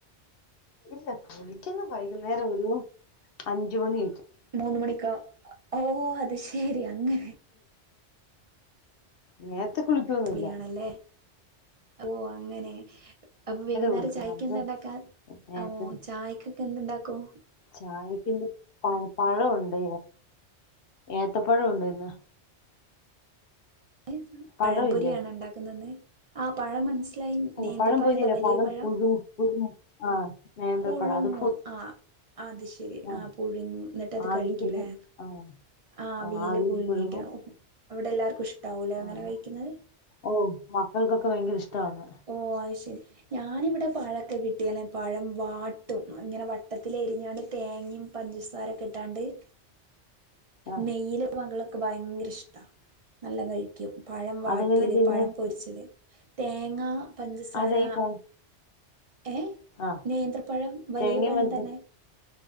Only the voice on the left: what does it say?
ഇല്ല കുളിക്കുന്നെ വൈകുന്നേരം ഒരു അഞ്ചുമണി
നേത്തെ കുളിക്കൊന്നുല്ല
കൊടുക്കും
നമ്മള്
നേരത്തെ
ചായക്കിന്ന് പ പഴുണ്ട് ഏത്തപ്പഴം ഉണ്ട് ഇന്ന്
പഴം
ഇല്ലേ
അല്ല
പഴം പൊരിയില്ല
പുഴുങ്ങും പുഴുങ്ങും ആഹ് നേന്ത്രപ്പഴം
അത്
ആഹ്
ആവിയില്
ആഹ്
ആവിയില്
പുഴുങ്ങും
ആഹ്
ഓ മക്കൾക്കൊക്കെ ഭയങ്കര ഇഷ്ടവാന്ന്
ആഹ്
അതെങ്ങനെ ചെയ്യുന്നേ
അത് ഈ പഴം
ആഹ്
തേങ്ങയും
പഞ്ചസാ